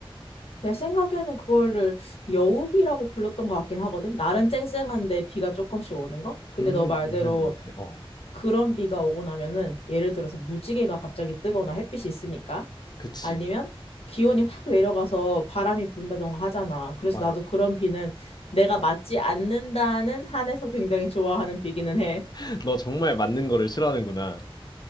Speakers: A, on the left; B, on the left.
A: 내 생각에는 그거를 여우비라고 불렀던 것 같긴 하거든. 날은 쨍쨍한데 비가 조금씩 오는 거? 근데
B: 음,
A: 너 말대로
B: 있는 것 같아. 어,
A: 그런 비가 오고 나면은 예를 들어서 무지개가 갑자기 뜨거나 햇빛이 있으니까
B: 그치.
A: 아니면 기온이 확 내려가서 바람이 분다던가 하잖아. 그래서
B: 맞아.
A: 나도 그런 비는 내가 맞지 않는다는 한에서 굉장히 좋아하는 비기는 해.
B: <laughs> 너 정말 맞는 거를 싫어하는구나.